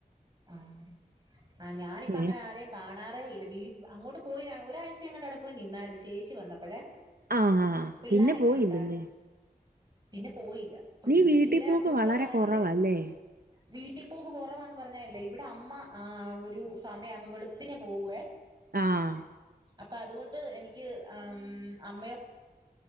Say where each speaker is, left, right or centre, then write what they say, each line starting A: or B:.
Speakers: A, on the right (about 25°); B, on the right (about 75°).
A: ആ ആ ഞാനിപ്പങ്ങനെ
B: ഏഹ്
A: ആരേം കാണാ റേയില്ല വീട് അങ്ങോട്ട് പോയി ഒരാഴ്ചയെങ്ങാണ്ട് അവിടെ പോയി നിന്നാര്ന്നു ചേച്ചി വന്നപ്പഴേ,
B: ആ
A: പിള്ളാരൊക്കെ
B: പിന്നെ പോയില്ലല്ലേ
A: ഉണ്ടായിരുന്നു പിന്നെ പോയില്ല
B: നീ
A: ചേച്ചീടെ
B: വീട്ടിൽ പോക്ക്
A: മൂത്ത
B: വളരെ
A: മകനില്ലേ
B: കുറവല്ലേ
A: വീ ട്ടീപ്പോക്ക് കൊറവാന്ന് പറ ഞ്ഞഅല്ലേ ഇവിടെ അമ്മ ആ ഒരു സമയാമ വെളുപ്പിനെ പോവേ
B: ആഹ്
A: അപ്പ അതുകൊണ്ട് എനിക്ക് അം അമ്മയോ